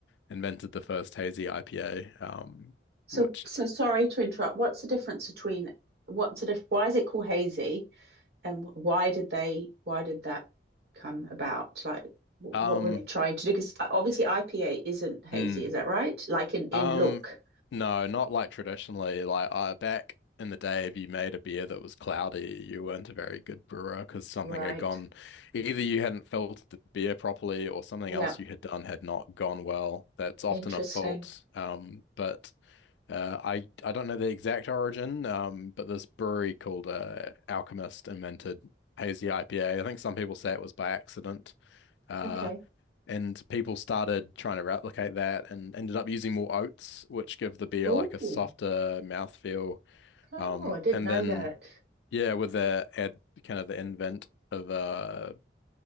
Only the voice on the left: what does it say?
invented the first hazy IPA, um,
which,
um,
mm,
um,
no, not like traditionally. Like, uh, back in the day, if you made a beer that was cloudy, you weren't a very good brewer because something
had gone, either you hadn't filtered the beer properly or something
else you had done had not gone well. That's often
a fault. Um, but Uh, I I don't know the exact origin, um, but this brewery called uh, Alchemist invented hazy IPA. I think some people say it was by accident, uh,
and people started trying to replicate that and ended up using more oats, which give the beer
like a softer mouthfeel.
Um,
and
then,
yeah, with the ad kind of the invent of uh,